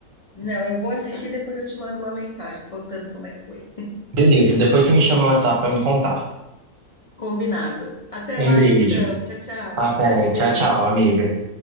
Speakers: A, on the left (about 55°); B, on the right (about 75°).
A: Não, eu vou assistir, e depois eu te mando uma mensagem contando como é que foi.
B: Beleza, depois você me chama no WhatsApp pra me contar.
A: Combinado. Até
B: Um
A: mais
B: beijo.
A: então. Tchau, tchau.
B: Até.
A: Beijo.
B: Tchau, tchau, amiga.